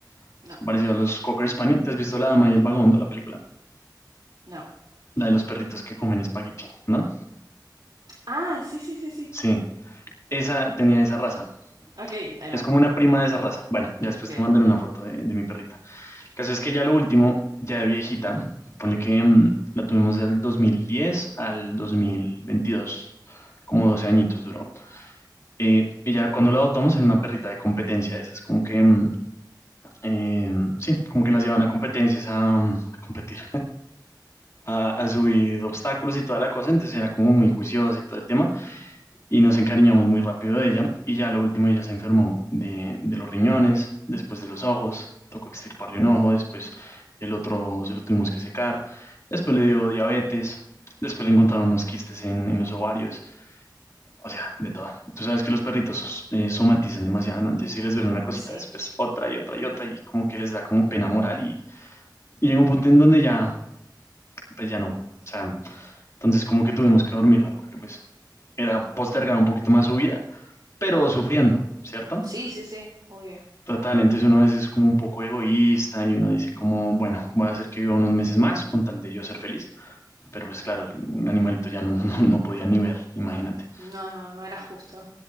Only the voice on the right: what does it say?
No,
no.
Ah, sí, sí, sí, sí.
Ok, ahí
va.
Bien.
Sí.
Sí, sí, sí. Obvio.
No, no, no era justo.